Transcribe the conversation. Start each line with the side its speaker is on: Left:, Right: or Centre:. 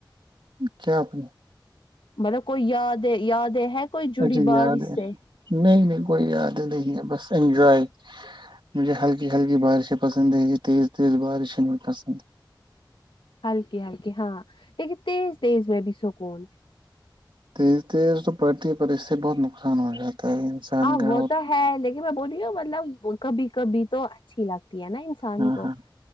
Right: اچ کیا اپنی
Left: مطلب کوئی یاد ہے یاد ہے ہے کوئی جڑی
Right: اچھی
Left: بار
Right: یاد
Left: اس
Right: ہے
Left: سے
Right: نہیں نہیں کوئی یاد ہے نہیں ہے بس انجوائے مجھے ہلکی ہلکی بارشیں پسند ہے یہ تیز تیز بارشیں م پسند
Left: ہلکی ہلکی ہاں لیکن تیز تیز میں بھی سکون ہے
Right: تز تز تو پرتی اس سے بہت نقصان ہو جاتا تو انسان
Left: ہاں
Right: گا
Left: وہ تو ہے لیکن میں بولی ہوں مطلب کبھی کبھی تو اچھی لگتی ہے نا انسان
Right: ہاں
Left: کو
Right: ہاں